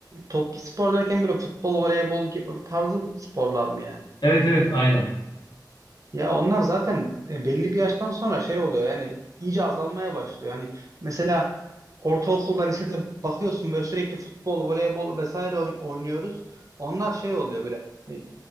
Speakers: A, on the right; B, on the left.
A: Toplu spor derken böyle futbol, voleybol gibi tarzı sporlar mı yani?
B: Evet evet aynen.
A: Ya onlar zaten e, belli bir yaştan sonra şey oluyor yani iyice azalmaya başlıyor. Hani mesela ortaokulda lisede bakıyorsun böyle sürekli futbol, voleybol vesaire oy- oynuyoruz. Onlar şey oluyor böyle hani